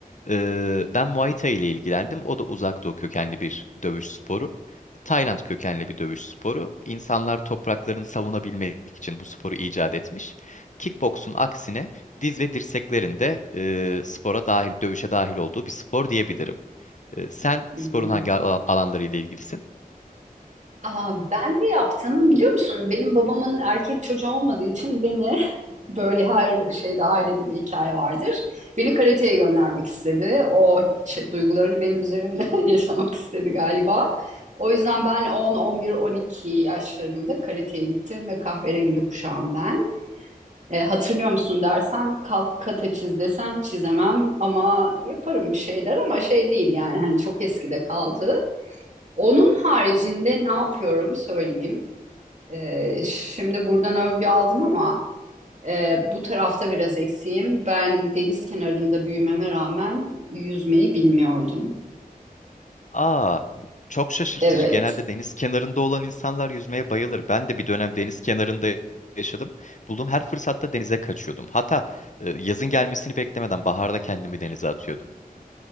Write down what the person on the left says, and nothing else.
Ee, ben Muay Thai ile ilgilendim. O da uzak doğu kökenli bir dövüş sporu. Tayland kökenli bir dövüş sporu. İnsanlar topraklarını savunabilmek için bu sporu icat etmiş. Kickboksun aksine diz ve dirseklerin de e, spora dahil, dövüşe dahil olduğu bir spor diyebilirim. E, sen
sporun
hangi al- alanlarıyla ilgilisin?
Aa, bu çok şaşırtıcı.
Genelde deniz kenarında olan insanlar yüzmeye bayılır. Ben de bir dönem deniz kenarında yaşadım. Bulduğum her fırsatta denize kaçıyordum. Hatta e, yazın gelmesini beklemeden baharda kendimi denize atıyordum.